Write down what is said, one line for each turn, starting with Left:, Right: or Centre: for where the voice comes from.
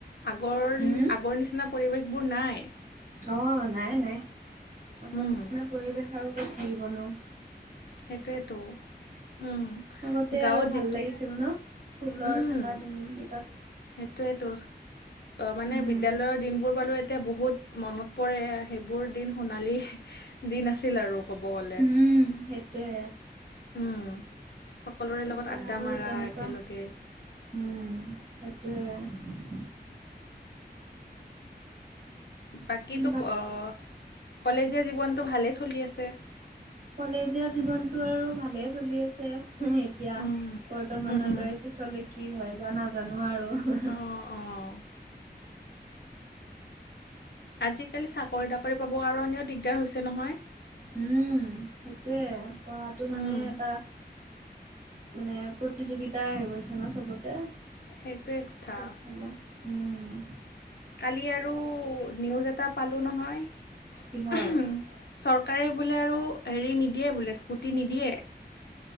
Left: আগৰ
Right: হম
Left: আগৰ নিচিনা পৰিৱেশ বোৰ নাই।
Right: অ নাই নাই আমাৰ
Left: উম
Right: নিচিনা পৰিৱেশ আৰু কত থাকিবনো।
Left: সেইটোৱেতো। উম
Right: আগতে
Left: গাঁৱত
Right: আৰু ভাল
Left: যিটো
Right: লাগিছিল ন স্কুলৰ
Left: উম।
Right: থকা দিন কেইটাত
Left: সেইটোৱেতো মানে
Right: উম
Left: বিদ্যালয়ৰ দিনবোৰ বাৰু এতিয়া বহুত মনত পৰে সেইবোৰ দিন সোণালী দিন আছিল আৰু ক'ব গ'লে
Right: উম সেইটোৱে।
Left: উম সকলোৰে লগত
Right: এতিয়া
Left: আড্ডা
Right: আৰু
Left: মাৰা
Right: তেনেকুৱা
Left: একেলগে
Right: উম। সেইটোৱে।
Left: বাকী তো
Right: বাক
Left: কলেজীয়া জীৱনটো ভালেই চলি আছে।
Right: কলেজীয়া জীৱনটো আৰু ভালেই চলি আছে এ তিয়া
Left: উম
Right: বৰ্তমানলৈ
Left: উম উম
Right: পিছলৈ কি হয় বা নাজানো আৰু
Left: অ', অ', আজিকালি চাকৰি তাকৰি পাবৰ কাৰণেও দিগদাৰ হৈছে নহয়।
Right: উম সেইটোয়ে পঢ়াটো মানে
Left: উম,
Right: এটা। মানে প্ৰতিযোগিতা হৈ গৈছে ন চবতে
Left: সেইটোৱে কথা।
Right: চবফালে উম
Left: কালি আৰু নিউজ এটা পালোঁ নহয়।
Right: কিহৰ
Left: চৰকাৰে বোলে আৰু হেৰি নিদিয়ে বোলে স্কুটি নিদিয়ে।